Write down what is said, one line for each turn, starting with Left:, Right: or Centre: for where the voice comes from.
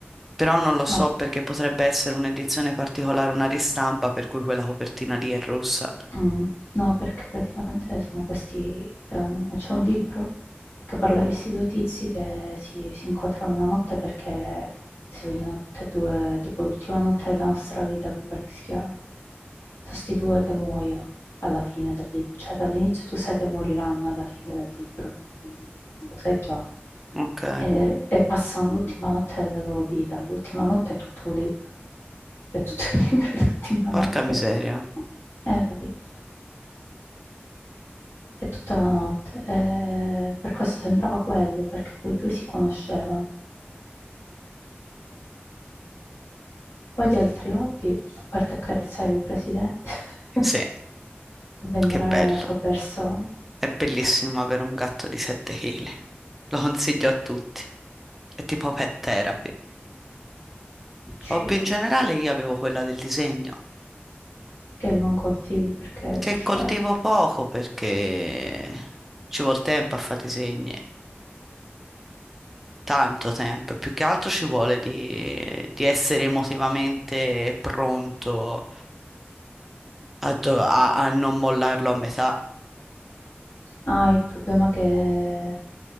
Centre: però non lo so
Left: No,
Centre: perché potrebbe essere un'edizione particolare, una ristampa, per cui quella copertina lì è rossa.
Left: mm, no, perché praticamente sono questi, è un- c'è un libro che parla di questi due tizi che si, si incontrano una notte perché si vogliono tutte e due, tipo l'ultima notte della nostra vita, mi pare che si chiama. Sono questi due che muoiono. alla fine del libro, cioè dall'inizio tu sai che moriranno alla fine del libro, lo sai già,
Centre: Ok,
Left: e, e passano l'ultima notte della loro vita, l'ultima notte è tutto un libro, cioè tutto il <laughs> libro è l'ultima notte,
Centre: porca miseria.
Left: eh, capito? È tutta la notte, e per questo sembrava quello, perché quei due si conoscevano. Poi di altri hobby, a parte accarezzare il presidente <laughs> e
Centre: Sì,
Left: venerare
Centre: che bello.
Left: la sua persona,
Centre: È bellissimo
Left: <laughs>
Centre: avere un gatto di 7 kg. Lo consiglio a tutti. È tipo pet therapy.
Left: piccino.
Centre: Hobby in generale io avevo quella del disegno,
Left: Perché non coltivi? Perché
Centre: che
Left: sei scema.
Centre: coltivo poco perché ci vuole tempo a fare disegni, tanto tempo, e più che altro ci vuole di, di essere emotivamente pronto a, do- a- a non mollarlo a metà.
Left: Ah, il problema è che,